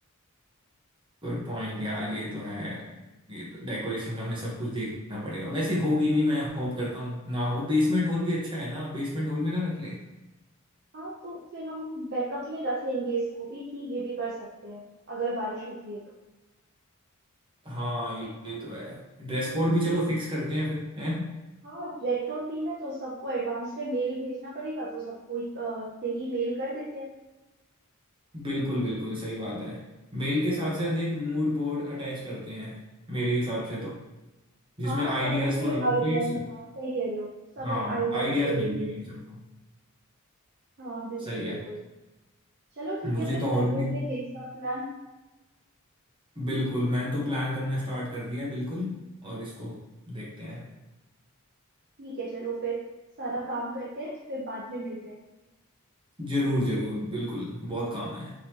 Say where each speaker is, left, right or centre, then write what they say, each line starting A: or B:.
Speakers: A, on the right (about 20°); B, on the right (about 50°).
A: गुड पॉइंट यार ये तो है ये तो डेकोरेशन का हमें सब कुछ देखना पड़ेगा वैसे होगी नहीं मैं होप करता हूँ ना हो बेसमेंट हॉल भी अच्छा है ना बेसमेंट हॉल में ना रख ले
B: हाँ तो फिर हम बैकअप में रख लेंगे इसको भी कि ये भी कर सकते हैं अगर बारिश होती है तो
A: हाँ ये ये तो है ड्रेस कोड भी चलो फिक्स करते हैं फिर हैं
B: हाँ रेट्रो थीम है तो सबको एडवांस में मेल भेजना पड़ेगा तो सबको अ, यही मेल कर देते हैं
A: बिल्कुल बिल्कुल सही बात है मेल के साथ साथ एक मूड बोर्ड अटैच करते हैं मेरे हिसाब से तो जिसमें
B: हाँ हाँ
A: आइडियाज
B: सब अपने
A: फॉर आउटफिट्स
B: आइडियाज हाँ सही कह रहे हो सब
A: हाँ
B: आइडियाज
A: आइडियाज
B: दे
A: मिल
B: देंगे
A: जाएंगे इन सबको
B: हाँ बिल्कुल
A: सही
B: बिल्कुल
A: है
B: चलो ठीक
A: मुझे
B: है फिर
A: तो
B: करते
A: ऑलरेडी
B: हैं फिर यही सब प्लान
A: बिल्कुल मैंने तो प्लान करना स्टार्ट कर दिया है बिल्कुल और इसको देखते हैं
B: ठीक है चलो फिर सारा काम करते हैं फिर बाद में मिलते हैं
A: जरूर जरूर बिल्कुल बहुत काम है